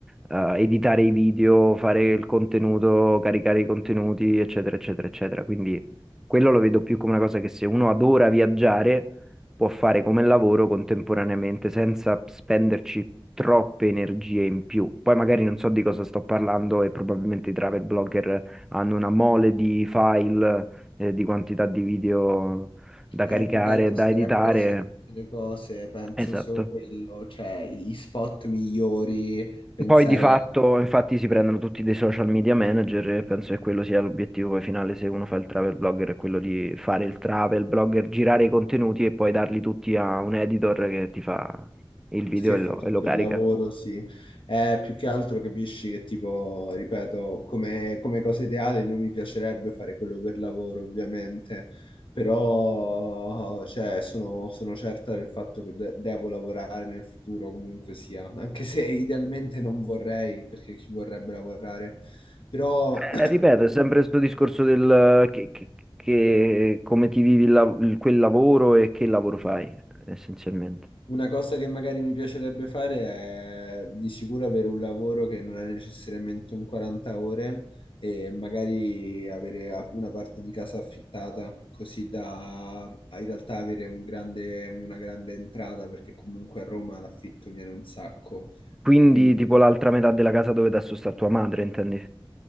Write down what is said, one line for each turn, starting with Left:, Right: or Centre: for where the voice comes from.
Centre: eh, editare i video, fare il contenuto, caricare i contenuti, eccetera, eccetera, eccetera. Quindi quello lo vedo più come una cosa che se uno adora viaggiare può fare come lavoro contemporaneamente senza spenderci troppe energie in più. Poi magari non so di cosa sto parlando e probabilmente i travel blogger hanno una mole di file, eh, di quantità di video da
Left: è
Centre: caricare,
Left: più che altro
Centre: da
Left: stare
Centre: editare.
Left: appresso a tutte le cose, penso
Centre: Esatto.
Left: solo quello, cioè i spot migliori, pensare
Centre: Poi di fatto,
Left: a
Centre: infatti, si prendono tutti dei social media manager e penso che quello sia l'obiettivo poi finale se uno fa il travel blogger, è quello di fare il travel blogger, girare i contenuti e poi darli tutti a un editor che ti fa il video
Left: che
Centre: e
Left: fa
Centre: lo,
Left: tutto
Centre: e lo carica.
Left: il lavoro, sì. Eh, più che altro capisci che tipo, ripeto, come, come cosa ideale non mi piacerebbe fare quello per lavoro, ovviamente, però cioè, sono, sono certa del fatto che de- devo lavorare nel futuro comunque sia, anche se idealmente non vorrei, perché chi vorrebbe lavorare? Però
Centre: Eh, ripeto, è sempre questo discorso del eh, che, che- che- come ti vivi il lav- il- quel lavoro e che lavoro fai, essenzialmente.
Left: Una cosa che magari mi piacerebbe fare è di sicuro avere un lavoro che non è necessariamente un 40 ore e magari avere a- una parte di casa affittata, così da a- in realtà avere un grande- una grande entrata, perché comunque a Roma l'affitto viene un sacco.
Centre: Quindi,
Left: Quindi
Centre: tipo l'altra metà della casa dove adesso sta tua madre, intendi?